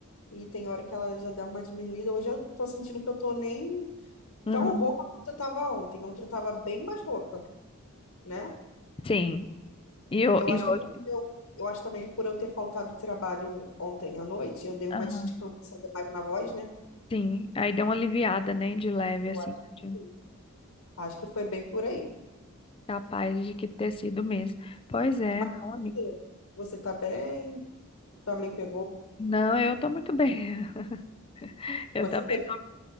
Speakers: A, on the left; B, on the left.
A: E tem hora que ela já dá uma diminuída. Hoje eu tô sentindo que eu tô nem
B: Uhum.
A: tão rouca quanto eu tava ontem. Ontem eu tava bem mais rouca, né?
B: Sim. E, ho-
A: Eu
B: e
A: acho
B: hoje,
A: que porque eu, eu acho também que por eu ter faltado trabalho ontem à noite, eu dei uma
B: Aham.
A: descansada mais na voz, né?
B: sim. Aí deu uma aliviada, né? De leve,
A: Eu
B: assim.
A: acho que
B: de-
A: sim. Acho que foi bem por aí.
B: capaz de que ter sido mesmo. Pois é,
A: Mas
B: não, amiga.
A: você, você tá bem? Também pegou?
B: Não, eu tô muito bem. <laughs> Eu
A: Você
B: também
A: pegou?
B: tô.